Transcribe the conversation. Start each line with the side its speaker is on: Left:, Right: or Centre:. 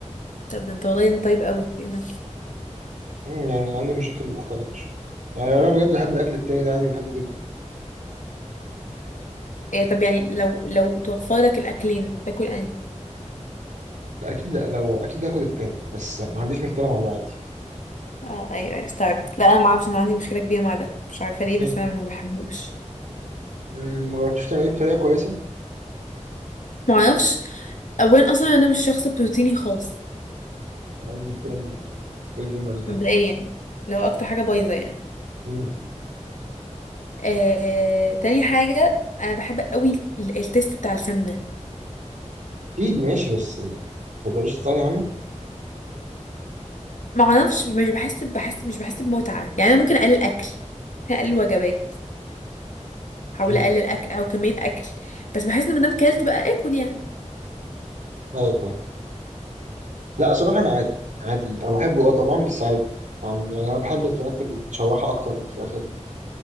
Left: طب انت والله انت طيب قوي ايه ده
Right: مم، يعني عندي مشاكل مختلفه يعني انا بجد بحب الاكل التاني ده عادي بحبه جدا
Left: إيه طب يعني لو لو توفر لك الاكلين تاكل انهي
Right: لا اكيد لا لو اكيد هاكل التاني بس ما عنديش مشكله مع ده عادي
Left: اه ايوه ايوه استوعبت لا انا ما اعرفش انا عندي مشكله كبيره مع ده مش عارفه ليه
Right: ليه؟
Left: بس انا ما بحبوش
Right: مم، ما جربتش تعمليه بطريقه كويسه
Left: ما اعرفش اولا اصلا انا مش شخص بروتيني خالص
Right: أنا عايز مشكلة كبيرة في الجيم بالذات
Left: مبدئيا لو اكتر حاجه بايظه يعني
Right: مم.
Left: آه، تاني حاجة أنا بحب قوي ال- ال- التيست بتاع السمنة
Right: أكيد ماشي بس يعني هو ملوش ثاني عنه
Left: معرفش مش بحس بحس مش بحس بمتعة يعني أنا ممكن أقلل أكل ممكن أقلل وجبات أحاول
Right: مم.
Left: أقلل أكل أو كمية أكل بس بحس إن مادام كلت بقى آكل يعني
Right: أيوة فاهم لا صراحة أنا عادي عادي أنا بحبه أه طبعا بس عادي يعني يعني أنا بحب الفراخ المتشوحة أكتر من الفراخ